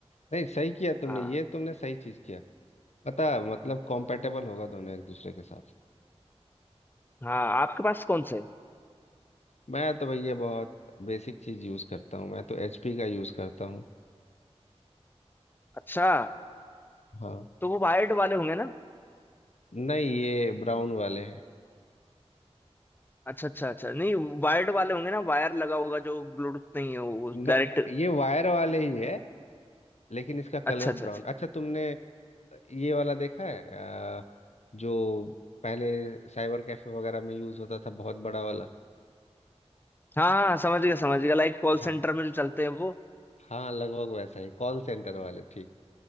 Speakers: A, on the left (about 75°); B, on the left (about 20°).
A: नहीं सही किया तुमने
B: हाँ
A: ये तुमने सही चीज किया पता मतलब कॉम्पेटेबल होगा दोनों एक दूसरे के साथ
B: हाँ आपके पास कौन से हैं?
A: मैं तो भैया बहुत बेसिक चीज यूज करता हूँ मैं तो एचपी का यूज करता हूँ
B: अच्छा
A: हाँ
B: तो वो वायर्ड वाले होंगे ना
A: नहीं ये ब्राउन वाले हैं
B: अच्छा अच्छा अच्छा नहीं वायर्ड वाले होंगे ना वायर लगा होगा जो ब्लूटूथ नहीं है वो
A: न,
B: डायरेक्ट
A: ये वायर वाले ही है लेकिन इसका कलर
B: अच्छा अच्छा
A: ब्राउन
B: अच्छा
A: अच्छा तुमने ये वाला देखा है अ, जो पहले साइबर कैफे वगैरह में यूज होता था बहुत बड़ा वाला
B: हाँ हाँ समझ गया समझ गया लाइक कॉल
A: हाँ
B: सेंटर में जो चलते हैं वो
A: हाँ लगभग वैसा ही कॉल सेंटर वाले ठीक